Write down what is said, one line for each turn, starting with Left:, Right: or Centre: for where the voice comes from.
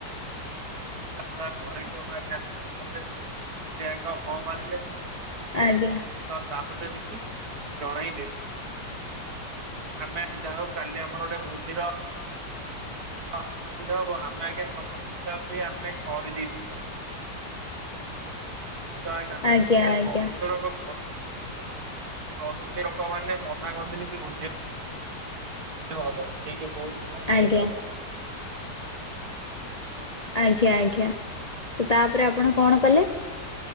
Right: ସବୁ ଜିନିଷ ଯାହା ଘରେ ଥିବ ଆଗ ଆମେ ତାକୁ ପଚାରିଲୁ ସେ ଆଗ ହଁ ମାରିଲେ।
Left: ଆଜ୍ଞା।
Right: ତ ତାପରେ ସେ କିଛି ଜଣେଇଲେନି। ଆମେ ଯାହା ହଉ କାଲି ଆମର ଗୋଟେ ଭୋଜିର ହଁ ହବ ଆମେ ଆଜ୍ଞା ସବୁ ହିସାବ ବି ଆମେ କରିଦେଇଥିଲୁ। <unintelligible>
Left: ଆଜ୍ଞା
Right: ସେ
Left: ଆଜ୍ଞା
Right: ବନ୍ଧୁ ଜଣଙ୍କ ଘର <unintelligible> ଲୋକ ମାନେ ମନା କରିଦେଲେ କି ଭୋଜି ହବନି। ସେଇଠି ବହୁତ ଭାରି
Left: ଆଜ୍ଞା
Right: ହେଇଗଲା ମୋ ମନ।
Left: ଆଜ୍ଞା ଆଜ୍ଞା। ତ ତାପରେ ଆପଣ କଣ କଲେ?